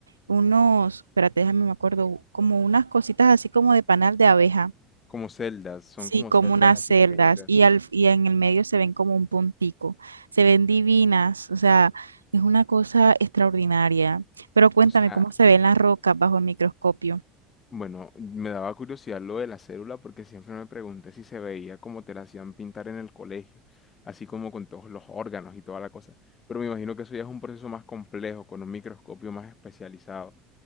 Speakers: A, on the right; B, on the left.
A: unos, espérate, déjame, me acuerdo, como unas cositas así como de panal de abeja.
B: como celdas, son
A: Sí,
B: como
A: como
B: celdas
A: unas
B: así
A: celdas
B: pequeñitas.
A: y, al, y en el medio se ven como un puntico. Se ven divinas, o sea, es una cosa extraordinaria. Pero cuéntame
B: O sea,
A: cómo se ven las rocas bajo el microscopio.
B: bueno, me daba curiosidad lo de la célula porque siempre me pregunté si se veía como te la hacían pintar en el colegio, así como con todos los órganos y toda la cosa. Pero me imagino que eso ya es un proceso más complejo, con un microscopio más especializado.